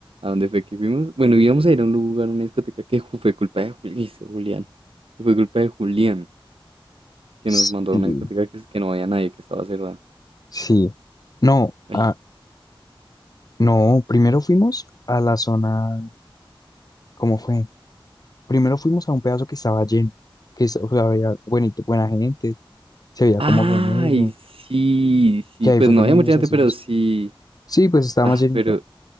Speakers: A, on the right; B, on the left.
A: dónde fue que fuimos. Bueno, íbamos a ir a un lugar, a una discoteca que ju- fue culpa de Juli- ese Julián. que Fue culpa de Julián que nos
B: Sí,
A: mandó a una discoteca que, que no había nadie, que estaba cerrada.
B: sí. No,
A: Ay,
B: ah, no, primero fuimos a la zona. ¿Cómo fue? Primero fuimos a un pedazo que estaba lleno, que es- o sea, había buenito, buena gente, se veía
A: ay,
B: como gomelo,
A: sí, sí.
B: que ahí
A: Pues
B: fue
A: no
B: cuando
A: había mucha
B: nos
A: gente,
B: hicimos.
A: pero sí.
B: Sí, pues estaba
A: Ah,
B: más llenito,
A: pero,